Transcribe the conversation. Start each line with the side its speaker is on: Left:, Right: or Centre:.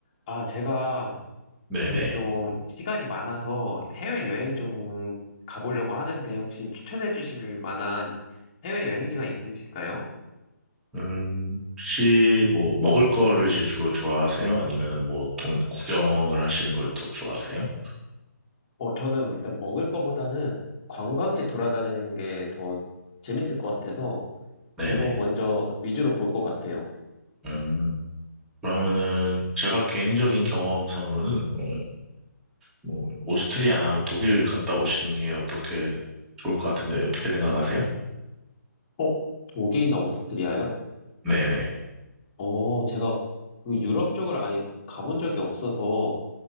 Left: 아, 제가
Centre: 네네.
Left: 이제 좀 시간이 많아서 해외여행 좀 가보려고 하는데 혹시 추천해 주실 만한 해외여행지가 있으실까요?
Centre: 음, 혹시 뭐 먹을 거를 이제 주로 좋아하세요? 아니면은 뭐 동, 구경을 하시는 걸 더 좋아하세요?
Left: 어, 저는 일단 먹을 거보다는 관광지 돌아다니는 게 더 재밌을 것 같아서
Centre: 네네.
Left: 그거 먼저 위주로 볼 것 같아요.
Centre: 음, 그러면은 제가 개인적인 경험상으로는 어, 뭐 오스트리아나 아니면 독일 갔다 오시는 게 어떻게 좋을 것 같은데 어떻게 생각하세요?
Left: 어, 독일이나 오스트리아요?
Centre: 네네.
Left: 어, 제가 그 유럽 쪽을 아예 가본 적이 없어서